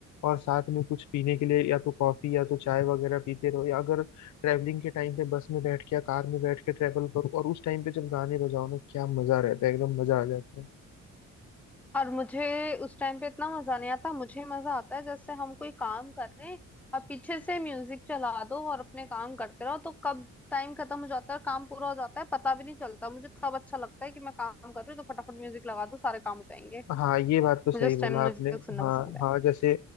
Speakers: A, on the left; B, in the centre.
A: और साथ में कुछ पीने के लिए या तो कॉफी या तो चाय वगैरह पीते रहो या अगर ट्रैवलिंग के टाइम पे बस में बैठ के या कार में बैठ के ट्रैवल करो और उस टाइम पे जब गाने बजाओ ना क्या मजा रहता है एकदम मजा आ जाता है
B: और मुझे उस टाइम पे इतना मजा नहीं आता मुझे मजा आता है जैसे हम कोई काम कर रहे हैं और पीछे से म्यूजिक चला दो और अपने काम करते रहो तो कब टाइम खत्म हो जाता है और काम पूरा हो जाता है पता भी नहीं चलता मुझे तब अच्छा लगता है कि मैं काम कर रही हूँ तो फटाफट म्यूजिक लगा दो सारे काम हो जाएंगे
A: हाँ ये बात तो सही
B: मुझे उस
A: बोला
B: टाइम म्यूजिक
A: आपने
B: सुनना
A: हाँ
B: पसंद है
A: हाँ जैसे